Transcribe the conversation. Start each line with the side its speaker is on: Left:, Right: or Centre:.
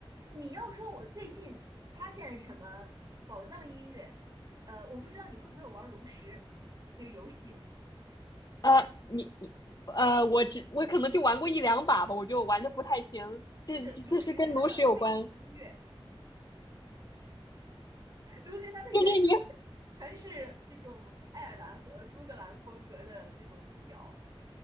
Right: 你要说我最近发现什么宝藏音乐，呃，我不知道你会不会玩炉石那个游戏，
Left: 呃，你你呃，我只我可能就玩过一两把吧，我就玩的不太行，这这是跟炉石有关。
Right: 就是炉石它的背景音乐卢神它的原声
Left: 你你你，
Right: 全是那种爱尔兰和苏格兰风格的那种民谣。